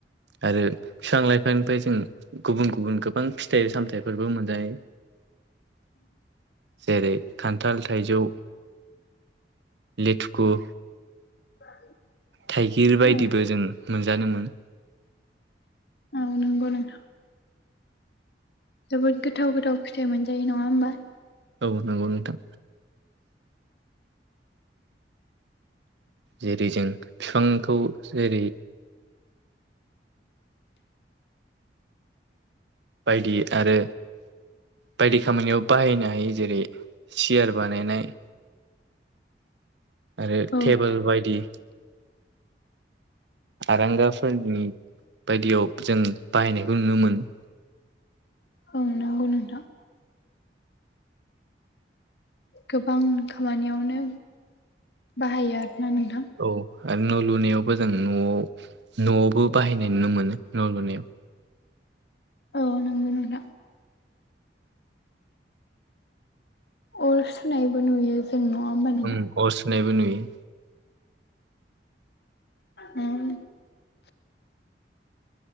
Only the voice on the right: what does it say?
आरो बिफां लाइफांनिफ्राय जों गुबुन-गुबुन गोबां फिथाइ सामथायाइफोरबो मोनजायो।
जेरै खान्थाल थाइजौ लेथुखु
थाइगिर बायदिबो
जों मोनजादोंमोन।
औ नांगौ नोंथां। जेरै जों बिफांखौ जेरै बायदि आरो बायदि खामानियाव बाहायनाय नै जेरै सियार बानायनाय आरो
टेबोल बायदि आरांगाफोरनि बायदियाव जों बाहायनायखौ नुनो मोनो।
औ आरो न' लुनायावबो जों न'आव न'आवबो बाहायनाय नुनो मोनो न' लुनायाव।
ओम अर सुनायबो नुयो।